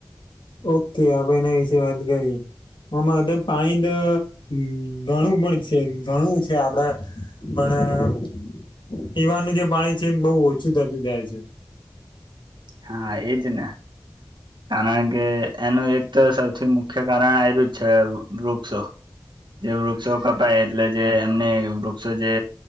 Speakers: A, on the left; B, on the right.
A: ઓકે આપણે એના વિશે વાત કરીએ હમના પાણી તો હમ ઘણું પણ છે ઘણું છે આપડા પણ પીવાનું જે પાણી છે એ બહુ ઓછું થતું જાય છે
B: હા એજ ને કારણ કે એનું એક તો સૌથી મુખ્ય કારણ આયરુ જ છે વૃક્ષો જે વૃક્ષો કપાય એટલે જે એમને વૃક્ષો જે